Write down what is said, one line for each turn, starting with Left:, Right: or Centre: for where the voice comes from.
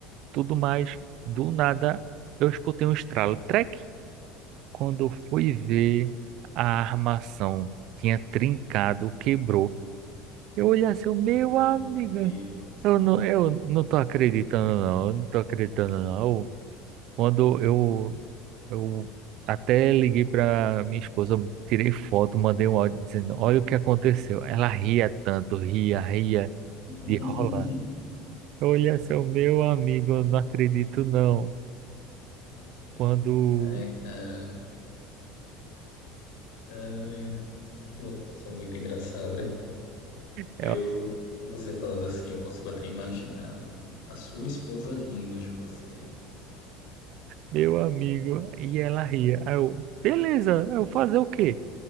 Right: tudo mais. Do nada, eu escutei um estralo, trec. Quando eu fui ver, a armação tinha trincado, quebrou. Eu olhei assim, eu, meu
Left: Meu
Right: amigo,
Left: Deus.
Right: eu não, eu não tô acreditando não, eu não tô acreditando não. Quando eu, eu até liguei para minha esposa, tirei foto, mandei um áudio dizendo: Olha o que aconteceu. Ela ria tanto, ria, ria
Left: <laughs>
Right: de rola. Olha, seu meu amigo, eu não acredito não. Quando.
Left: Ai, cara. Ai, pô, passou muito engraçada. Eu,
Right: Ela,
Left: você falando assim, eu consigo até imaginar a sua esposa rindo de você.
Right: meu amigo, e ela ria. Aí eu, beleza, eu fazer o quê?